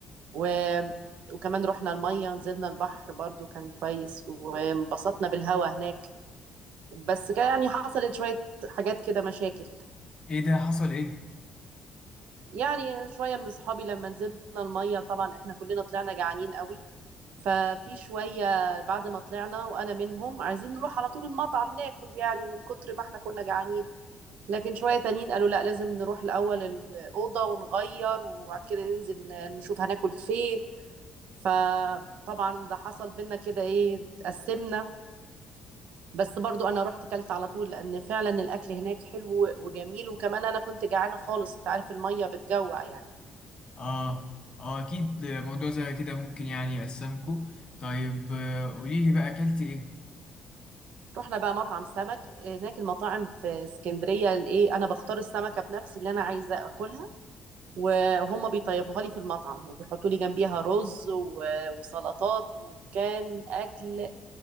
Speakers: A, on the right; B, on the left.
A: و... وكمان رحنا المية نزلنا البحر برضو كان كويس وانبسطنا بالهواء هناك بس كان يعني حصلت شوية حاجات كده مشاكل
B: ايه ده حصل ايه
A: يعني شوية من أصحابي لما نزلنا المية طبعا إحنا كلنا طلعنا جعانين قوي ففي شوية بعد ما طلعنا وأنا منهم عايزين نروح على طول المطعم ناكل يعني من كتر ما إحنا كنا جعانين لكن شوية تانيين قالوا لا لازم نروح الأول الأوضة ونغير وبعد كده ننزل ن- نشوف هناكل فين فطبعا ده حصل بينا كده إيه اتقسمنا بس برضو انا رحت كلت على طول لان فعلا الاكل هناك حلو وجميل وكمان انا كنت جعانه خالص انت عارف الميه بتجوع يعني
B: اه اه اكيد موضوع زي كده ممكن يعني يقسمكو طيب آه، قوليلي بقى اكلتي ايه
A: رحنا بقى مطعم سمك هناك المطاعم في اسكندريه الايه انا بختار السمكه بنفسي اللي انا عايزه اكلها وهم بيطيبوها لي في المطعم وبيحطوا لي جنبيها رز و- وسلطات وكان اكل